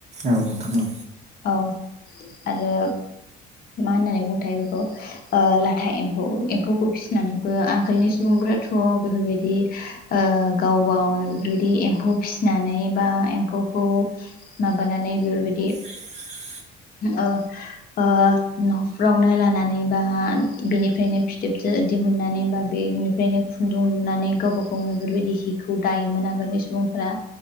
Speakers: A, on the right; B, on the left.
A: औ नोंथां औ
B: औ आरो मा होननानै बुङोथाय बेखौ ओ-लाथा एम्फौ एम्फौखौ फिसिनानैबो आगोलनि सुबुंफोरा थु थ बेफोरबायदि ओ-गाव गावनो बेफोरबायदि एम्फौ फिसिनानै बा एम्फौ। खौ माबानानै बेफोरबायदि।
A: <inaudible>
B: ओ ओ नफ्रावनो लानानै बा बेनिफ्रायनो फिथोबथो दिहुननानै बा बेनिफ्रायनो खुन्दुं लुनानै गावबा गावनो बेफोरबायदि हिखौ दायोमोन आगोलनि सुबुंफोरा